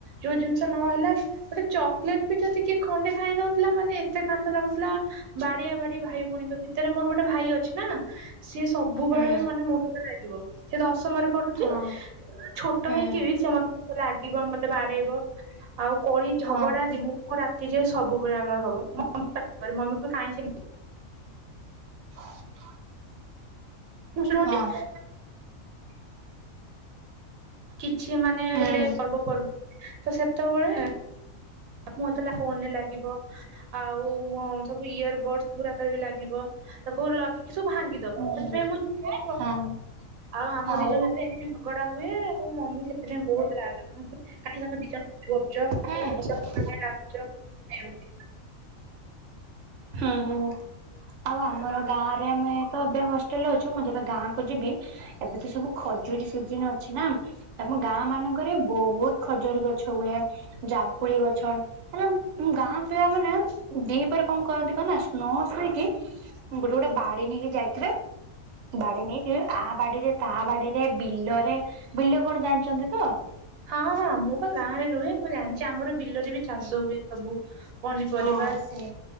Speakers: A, on the right; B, on the right.
A: ଯୋଉ ଜିନିଷ ନହେଲା ଗୋଟେ ଚକଲେଟ ବି ଯଦି କିଏ ଖଣ୍ଡେ ଖାଇ ନଉଥିଲା ମାନେ ଏତେ କାନ୍ଦ ଲାଗୁଥିଲା ବାଡିଆ ବାଡି ଭାଇ ଭଉଣୀଙ୍କ ଭିତରେ ମୋର ଗୋଟେ ଭାଇ ଅଛି ନା ସିଏ ସବୁବେଳେ
B: ହୁଁ
A: ମାନେ ମୋ ସହିତ ଲାଗିବ ସିଏ ଦଶମରେ ପଢୁଚି
B: ହଁ
A: ଛୋଟ
B: ହୁଁ
A: ହେଇକି ବି ସେ ମତେ ଲାଗିବ ମତେ ବାଡେଇବ ଆଉ କଳି ଝଗଡା
B: ହଁ
A: ଦିନୁକୁ ରାତି ଯାଏ ସବୁବେଳେ ଆମର ହବ ମମି ପାଟିକରେ ମମି କୁହେ କାଇଁ ସେ ଏ
B: ହ
A: ବସି ରହୁଚି
B: ହଁ
A: କିଛି ମାନେ
B: ହୁଁ।
A: ହେଲେ ପର୍ବପର୍ବ ତ ସେତବେଳେ ମୁଁ ହେତଲେ ତା ଫୋନରେ ଲାଗିବ ଆଉ ମୋ ସବୁ ଇୟରବଡସ ଗୁରାକରେ ବି ଲାଗିବ ତାକୁ ଲଗିକି ସବୁ ଭାଙ୍ଗିଦବ।
B: ହୁଁ
A: ସେଥିପାଇଁ ମୁଁ <unintelligible>
B: ହଁ
A: ଆଉ ଆମ
B: ହଁ।
A: ଦି ଜଣ ଭିତରେ ଝଗଡା ହୁଏ ଆଉ ମମି ସେଥିପାଇଁ ବହୁତ
B: ହୁଁ
A: <unintelligible> କାଇଁ ତମେ ଦି ଜଣ ଏମିତି ହଉଚ
B: ହଁ
A: <unintelligible> କାଇଁ ଲାଗୁଚ ଏମତି
B: ହୁଁ ହୁଁ ଆଉ ଆମର
A: ହଁ।
B: ଗାଁ ରେ ଆମେ ତ ଏବେ ହଷ୍ଟେଲରେ ଅଛୁ ମୁଁ ଯେବେ ଗାଁକୁ ଯିବି ଏବେତ ସବୁ ଖଜୁରୀ ସିଜିନ ଅଛି ନା ଆମ ଗାଁ ମାନଙ୍କରେ ବହୁତ ଖଜରି ଗଛ ହୁଏ। ଜାମୁ କୋଳି ଗଛ ମାନେ ଗାଁ ପିଲା ମାନେ ଦିପରେ କଁ କରନ୍ତି କନା ନ ଶୋଇକି ଗୋଟେ ଗୋଟେ ବାଡି ନେଇକି ଯାଇଥିବେ ବାଡି ନେଇକି ଆ ବାଡିରେ ତା ବାଡିରେ ବିଲରେ ବିଲ କଣ ଜାଣିଚନ୍ତି ତ
A: ହଁ ହଁ ମୁଁ ପା ଗାଁରେ ରୁହେ ମୁଁ ଜାଣିଚି ଆମର ବିଲରେ ବି
B: ହୁଁ।
A: ଚାଷ ହୁଏ ସବୁ ପନିପରିବା
B: ହଁ ସେଇ